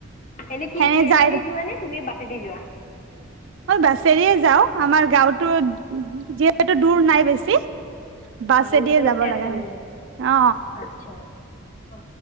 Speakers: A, on the left; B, on the right.
A: এনে কি
B: সেনে
A: এনেদি
B: যাই
A: যোৱা নে তুমি চিডি যোৱা
B: মই বাছেৰে যাও আমাৰ গাঁওতো যিহেত টো দূৰ নাই বেছি বাছেদিয়ে
A: আহ ওচৰতে
B: যাব
A: আছে
B: লগা হয়
A: মানে
B: অ
A: আচ্ছা অ